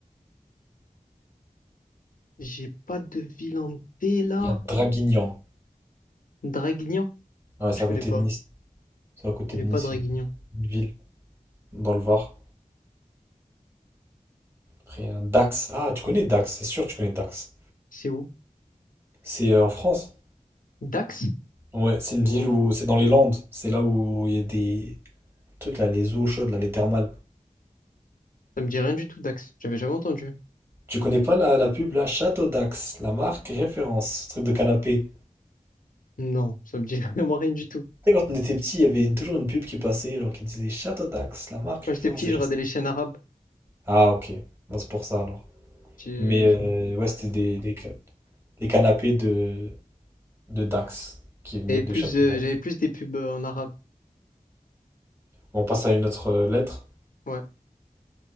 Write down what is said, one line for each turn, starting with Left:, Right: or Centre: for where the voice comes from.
Left: j'ai pas de ville en D là.
Right: Il y a Draguignan.
Left: Draguignan?
Right: Ouais, c'est
Left: Je
Right: à
Left: connais
Right: côté
Left: pas.
Right: de Nice. C'est à côté
Left: Je connais
Right: de Nice,
Left: pas Draguignan.
Right: c'est une ville dans le Var. Après, il y a Dax. Ah, tu connais Dax, c'est sûr que tu connais Dax.
Left: C'est où?
Right: C'est euh, en France.
Left: Dax?
Right: Ouais, c'est une
Left: Non,
Right: ville où c'est dans les Landes. C'est là où il y a des trucs là, les eaux chaudes, là, les thermales.
Left: ça me dit rien du tout, Dax. J'avais jamais entendu.
Right: Tu connais pas la, la pub là, Château Dax, la marque référence, truc de canapé.
Left: Non, ça me dit <laughs> vraiment rien du tout.
Right: Tu sais, quand on était petit, il y avait une- toujours une pub qui passait, genre qui disait Château Dax, la marque
Left: Quand
Right: référence.
Left: j'étais petit,
Right: et
Left: je
Right: genre-
Left: regardais les chaînes arabes.
Right: Ah, ok. Bah, c'est pour ça alors.
Left: J'ai-
Right: Mais euh,
Left: Je
Right: ouais, c'était des, des, ca- des canapés de, de Dax qui venaient
Left: Et
Right: de
Left: plus,
Right: Château
Left: euh,
Right: d'If.
Left: j'avais plus des pubs euh, en arabe.
Right: On passe à une autre euh, lettre.
Left: Ouais.